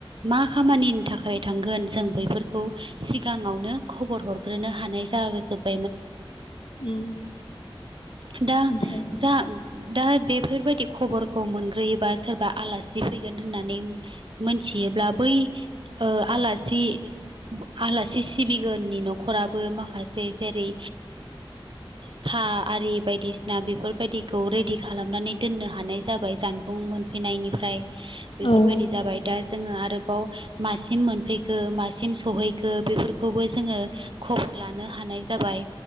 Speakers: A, on the right; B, on the left.
A: मा खामानिनि थाखाय थांगोन जों बैफोरखौ सिगाङावनो खबर हरग्रोनो हानाय जागोजोब
B: उम
A: <unintelligible>
B: ओमफ्राय
A: बेफोरबायदि खबरखौ मोनग्रोयोबा सोरबा आलासि फैगोन होननानै मोनथियोब्ला बै आलासि आलासि सिबिगोननि न'खराबो माखासे जेरै साहा आरि बायदिसिना बेफोरबायदिखौ रेडि खालाम खालामनानै दोननो हानाय जाबाय जानबुं मोनफैनायनिफ्राय बेफोरबायदि
B: औ
A: जाबाय दा जोङो आरोबाव मासिम मोनफैखो मासिम सहैखो बेफोरखौबो जोङो खबर लानो हानाय जाबाय।